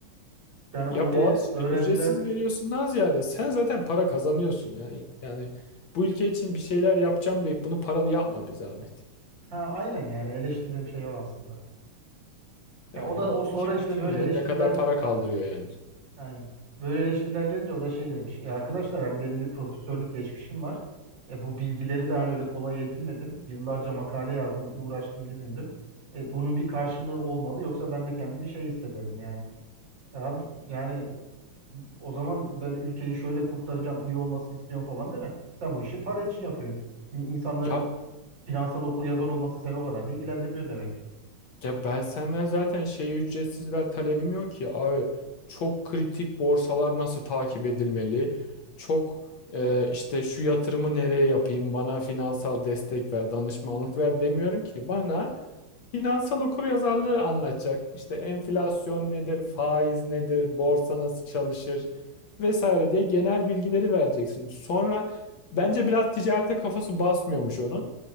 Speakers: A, on the right; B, on the left.
A: Yani oraya
B: Ya Boğaziçi'ne
A: öğrenciler
B: ücretsiz veriyorsun daha ziyade sen zaten para kazanıyorsun yani. Yani bu ülke için bir şeyler yapacağım deyip bunu paralı yapma bir zahmet.
A: ha aynen yani eleştirdiğim şey o aslında. Ya
B: Yani
A: o da o sonra
B: kim,
A: işte
B: kim
A: böyle
B: bilir
A: eleştiriler
B: ne kadar para kaldırıyor yani.
A: Aynen. Böyle eleştiriler gelince o da şey demiş. Ya arkadaşlar hani benim bir profesörlük geçmişim var. E bu bilgileri de hani öyle kolay edinmedim. Yıllarca makale yazdım, uğraştım, didindim. E bunun bir karşılığı olmalı yoksa ben de kendimi şey hissederim yani. Ya yani o zaman ben ülkeyi şöyle kurtaracağım, iyi olmasını istiyorum falan deme. Sen bu işi para için yapıyorsun. İ- İnsanların
B: Ya
A: finansal okur yazar olması seni o kadar da ilgilendirmiyor demek.
B: Ya ben senden zaten şey ücretsiz ver talebim yok ki. Abi çok kritik borsalar nasıl takip edilmeli? Çok e, işte şu yatırımı nereye yapayım? Bana finansal destek ver, danışmanlık ver demiyorum ki. Bana finansal okuryazarlığı anlatacak. İşte enflasyon nedir, faiz nedir, borsa nasıl çalışır vesaire diye genel bilgileri vereceksin. Sonra bence biraz ticarete kafası basmıyormuş onun.